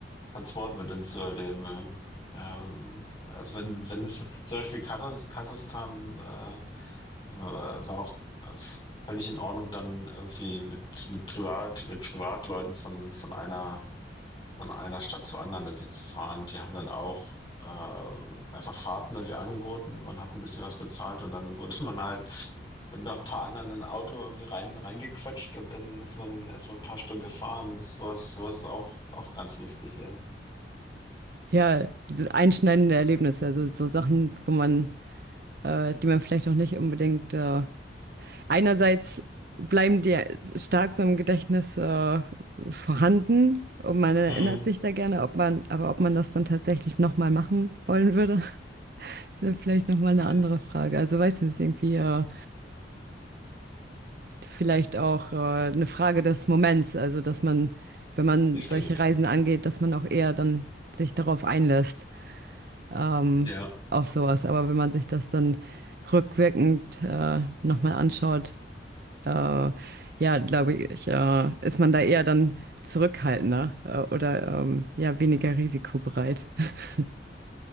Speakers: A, on the left; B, on the right.
A: Transportmitteln zu erleben. Ja. Ähm, also wenn, wenn es zum Beispiel Kasachs- Kasachstan äh, war, war auch äh, völlig in Ordnung, dann irgendwie mit, mit Privat, mit Privatleuten von, von einer von einer Stadt zur anderen irgendwie zu fahren. Die haben dann auch äh, einfach Fahrten irgendwie angeboten. Man hat ein bisschen was bezahlt und dann <laughs> wurde man halt mit noch ein paar anderen in ein Auto irgendwie rein, reingequetscht und dann ist man erstmal ein paar Stunden gefahren. Das, sowas, sowas ist auch, auch ganz lustig, ja.
B: ja, einschneidende Erlebnisse, also so Sachen, wo man, äh, die man vielleicht auch nicht unbedingt äh, einerseits bleiben die stark so im Gedächtnis äh, vorhanden und man erinnert
A: Mhm.
B: sich da gerne, ob man, aber ob man das dann tatsächlich nochmal machen wollen würde, Das Ist ja vielleicht nochmal eine
A: Ja,
B: andere Frage. Also weiß nicht, ist irgendwie äh, vielleicht auch äh, eine Frage des Moments. Also dass man, wenn man
A: Das stimmt.
B: solche Reisen angeht, dass man auch eher dann sich darauf einlässt, ähm,
A: Ja.
B: auf sowas. Aber wenn man sich das dann rückwirkend äh, nochmal anschaut, äh, ja, glaube ich, äh, ist man da eher dann zurückhaltender äh, oder ähm, ja, weniger risikobereit. <laughs>